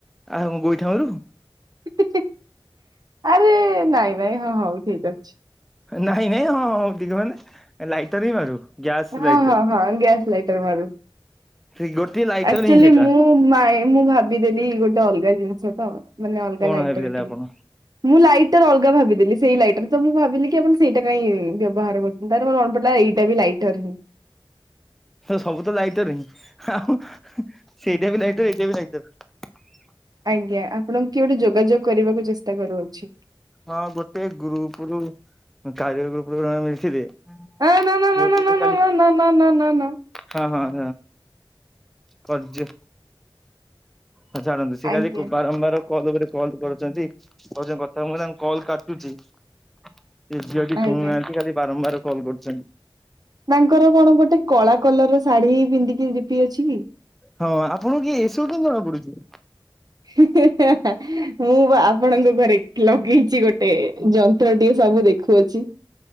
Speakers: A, in the centre; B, on the right.
A: ଆ ହ ଗୋଇଠା ମାରୁ?
B: ତ ଆରେ ନାଇଁ ନାଇଁ ହଁ ହୋଉ ଠିକ ଅଛି।
A: ନାଇଁ ନାଇଁ ହଁ ହଁ ଟିକେ ମାନେ ଲାଇଟର ହଁ ମାରୁ ଗ୍ୟାସ
B: ହଁ
A: ଲାଇଟର।
B: ହଁ ହଁ ଗ୍ୟାସ୍ ଲାଇଟର ମାରୁ
A: ସେ ଗୋଟିଏ ଲାଇଟର
B: ଅକ୍ଚୁଆଲି
A: ହିଁ ସେଇଟା
B: ମୁଁ ମା ଭାବିଦେଲି ଗୋଟେ ଅଲଗା ଜିନିଷ ତ, ମାନେ ଅଲଗା
A: କଣ
B: ଲାଇଟ
A: ଭାବିଦେଲେ
B: ଏଠ
A: ଆପଣ
B: ମୁଁ ଲାଇଟ୍ ଅଲଗା ଭାବିଥିଲି ସେଇ ଲାଇଟର ତ ମୁଁ ଭାବିଲି କି ଆପଣ ସେଇଟା କାଇଁ ବ୍ୟବହାର କର ତା ପରେ ମୋର ମନେପଡ଼ିଲା ଏଇଟା ବି ଲାଇଟର
A: ସବୁ ତ ଲାଇଟର ହିଁ ଆଉ ସେଇଟା ବି ଲାଇଟର ଏଇଟା ବି ଲାଇଟର।
B: ଆଜ୍ଞା ଆପଣଙ୍କୁ କିଏ ଗୋଟେ ଯୋଗାଯୋଗ କରିବାକୁ ଚେଷ୍ଟା କରୁଅଛି।
A: ହଁ ଗୋଟେ ଗ୍ରୁପ ରୁ କାରିଆ ଗ୍ରୁପରୁ ମିଳିଥିଲେ।
B: ନା ନା
A: ଝିଅଟି
B: ନା
A: ସେ
B: ନା
A: ଖାଲି
B: ନା ନା ନା ନା।
A: ହଁ ହଁ ହଁ ପଯ୍ୟ ହଁ ଛାଡ଼ନ୍ତୁ ସେ
B: ଆଜ୍ଞା
A: କାଲି <unintelligible> କଲ ଉପରେ କଲ କରୁଚନ୍ତି, କହୁଚନ୍ତି କଥା କଲ କାଟୁଚି। ସେ ଝିଅଟି
B: ଆଜ୍ଞା।
A: ଶୁଣୁନାହାନ୍ତି, ଖାଲି ବାରମ୍ବାର କଲ୍ କରୁଚନ୍ତି।
B: ତାଙ୍କର କଣ ଗୋଟେ କଳା କଲର ର ଶାଢୀ ପିନ୍ଧିକି ଡି ପି ଅଛି କି?
A: ହଁ ଆପଣଙ୍କୁ କିଏ ଏସବୁ କେମତି ଜଣା ପଡୁଚି?
B: ହେଁ ହେଁ ମୁଁ ପା ଆପଣଙ୍କ ଘରେ ଲଗେଇଚି ଗୋଟେ ଏ ଯନ୍ତ୍ରଟିିକେ ସବୁ ଦେଖୁଛି।